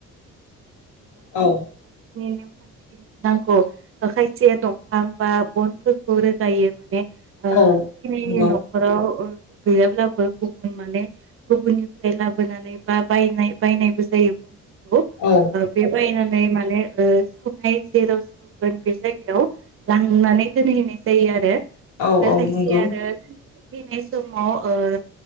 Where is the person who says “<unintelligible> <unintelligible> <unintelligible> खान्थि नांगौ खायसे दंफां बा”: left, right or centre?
Right